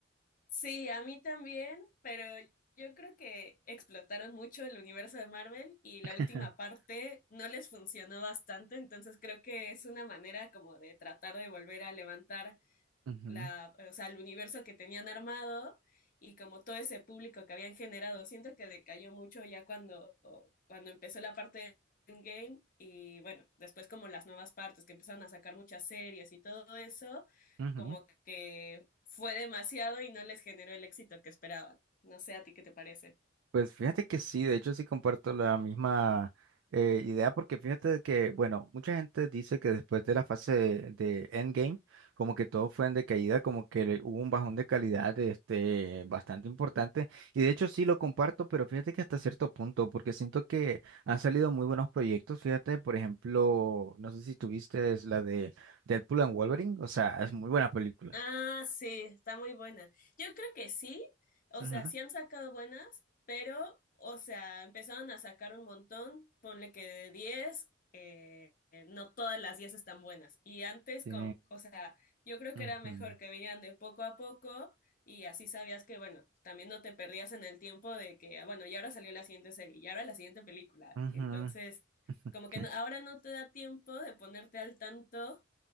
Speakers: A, on the left; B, on the right.
A: Sí, a mí también, pero yo creo que explotaron mucho el universo de Marvel y la
B: <laughs>
A: última parte no les funcionó bastante, entonces creo que es una manera como de tratar de volver a levantar
B: Ujú,
A: la, o sea, el universo que tenían armado y como todo ese público que habían generado. Siento que decayó mucho ya cuando, cuando empezó la parte de Endgame y bueno, después como las nuevas partes que empezaron a sacar muchas series y todo eso,
B: ujú.
A: como que fue demasiado y no les generó el éxito que esperaban. No sé a ti qué te parece.
B: Pues fíjate que sí, de hecho sí comparto la misma eh, idea porque fíjate de que, bueno, mucha gente dice que después de la fase de, de Endgame, como que todo fue en decaída, como que le- hubo un bajón de calidad este, bastante importante y de hecho sí lo comparto, pero fíjate que hasta cierto punto, porque siento que han salido muy buenos proyectos, fíjate, por ejemplo, no sé si tuviste es la de Deadpool and Wolverine, o sea, es muy buena película.
A: Ah, sí, está muy buena. Yo creo que sí, o
B: Ujú.
A: sea, sí han sacado buenas, pero, o sea, empezaron a sacar un montón, ponle que de 10, eh, eh, no todas las 10 están buenas. Y antes
B: Sí.
A: con, o sea, yo creo que
B: Ujú.
A: era mejor que vinieran de poco a poco y así sabías que, bueno, también no te perdías en el tiempo de que, ah, bueno, y ahora salió la siguiente serie, y ahora la siguiente película.
B: Ujú.
A: Entonces, como que
B: <laughs>
A: no- ahora no te da tiempo de ponerte al tanto